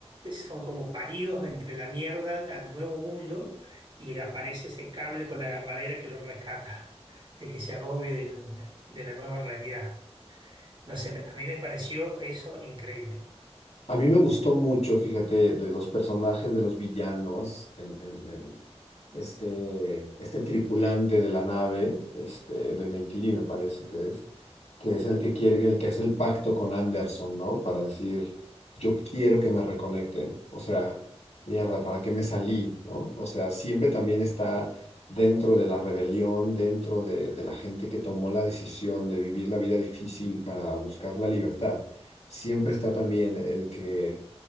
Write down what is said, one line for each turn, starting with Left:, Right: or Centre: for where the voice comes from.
Right: son como paridos entre la mierda al nuevo mundo y aparece ese cable con la agarradera que lo rescata, de que se ahogue del- de la nueva realidad. No sé, me- a mí me pareció eso increíble.
Left: A mí me gustó mucho, fíjate, de los personajes de los villanos, en, en- en este, este tripulante de la nave, este, de Neytiri me parece que es, que es el que quiere, el que hace el pacto con Anderson, ¿no? Para decir, yo quiero que me reconecten. O sea, mierda, ¿para qué me salí? ¿No? O sea, siempre también está dentro de la rebelión, dentro de, de la gente que tomó la decisión de vivir la vida difícil para buscar la libertad siempre está también el que,